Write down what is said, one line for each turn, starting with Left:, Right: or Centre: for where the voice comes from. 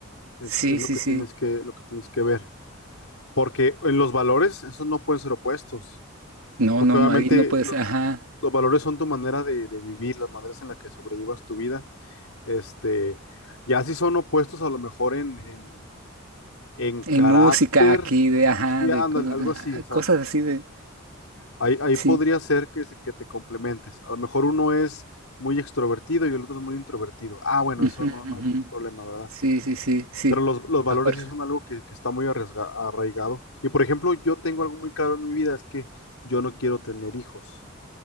Left: es,
Right: Sí,
Left: es
Right: sí,
Left: lo que
Right: sí.
Left: tienes que, lo que tienes que ver. Porque en los valores, esos no pueden ser opuestos.
Right: No,
Left: Porque
Right: no,
Left: obviamente
Right: no, alguien no puede
Left: lo-
Right: ser, ajá.
Left: los valores son tu manera de, de vivir, las maneras en las que sobrellevas tu vida. Este, ya si son opuestos a lo mejor en, en en carácter,
Right: En música aquí de, ajá,
Left: sí,
Right: de
Left: ándale,
Right: co- ah,
Left: algo así, o sea,
Right: cosas así de,
Left: ahí, ahí
Right: sí.
Left: podría ser que, se- que te complementes. A lo mejor uno es muy extrovertido y el otro es muy introvertido. Ah, bueno,
Right: ujú,
Left: eso
Right: ujú,
Left: no, no hay tanto problema, ¿verdad?
Right: Sí, sí, sí, sí,
Left: Pero los, los valores
Right: a fuerza.
Left: sí son algo que, que está muy arriesga- arraigado. Y por ejemplo, yo tengo algo muy claro en mi vida, es que yo no quiero tener hijos.